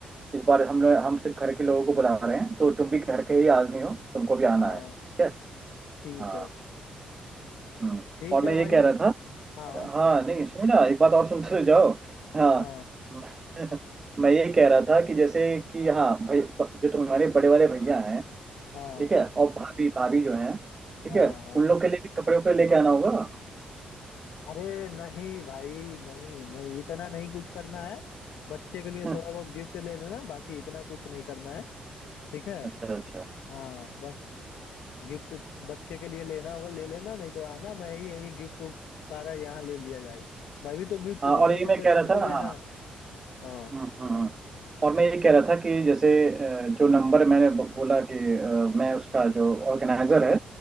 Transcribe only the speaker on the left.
हाँ
ठीक
है
ठीक
है
भाई
हाँ
हाँ
हाँ
हाँ
हाँ
अरे नहीं भाई नहीं नहीं इतना नहीं कुछ करना है बच्चे के लिए
थोड़ा बहुत गिफ्ट ले लेना बाकी इतना कुछ नहीं करना है ठीक है
हाँ बस गिफ्ट बच्चे के लिए लेना होगा ले लेना नहीं तो आना मैं ही यही गिफ्ट उफ्ट सारा यहाँ ले लिया जाएगा मैं भी तो गिफ्ट
दूंगा
जैसे
तुमको
देना
है हाँ